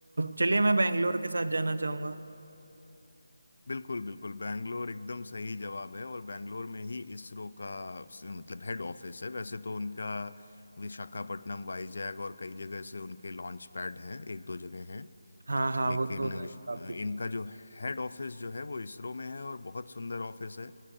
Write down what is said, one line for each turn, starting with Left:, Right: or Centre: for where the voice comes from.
Right: चलिए मैं बेंगलोर के साथ जाना चाहूंगा
Left: बिल्कुल बिल्कुल बैंगलोर एकदम सही जवाब है और बैंगलोर में ही इसरो का मतलब हेड ऑफिस है वैसे तो उनका विशाखापट्टनम वाईजैग और कई जगह से उनके लॉन्च पैड हैं एक दो जगह हैं
Right: हाँ हाँ
Left: लेकिन
Right: वो तो है
Left: विश-
Right: काफी
Left: अ, इनका जो हेड ऑफिस जो है वो इसरो में है और बहुत सुंदर ऑफिस है